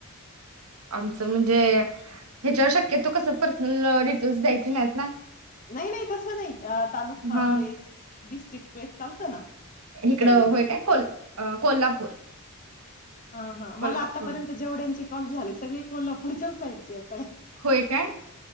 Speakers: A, on the right (about 90°); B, on the left (about 35°).
A: आमचं म्हणजे ह्याच्यावर शक्यतो कस पर्सनल डिटेल्स द्यायचे नाहीत ना?
B: नाही नाही तस नाही तालुका
A: हा
B: प्लेस डिस्ट्रिक? वेस चालतं ना.
A: हिकडं
B: सांगितलेला
A: होय काय कोल अ कोल्हापूर.
B: हा हा,
A: कोल्हापूर
B: मला आतापर्यंत जेवढ्यांची कॉल झाले सगळी कोल्हा पूरच्याच साईडची आहेत.
A: होय काय